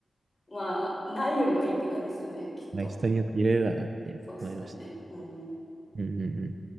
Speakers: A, on the left; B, on the right.
A: まあ、ないよりはいいって感じですよね、
B: <laughs>
A: きっと。
B: まあ人によっていろいろだなって思いました。
A: そうっすよね。うん。
B: うんうんうん。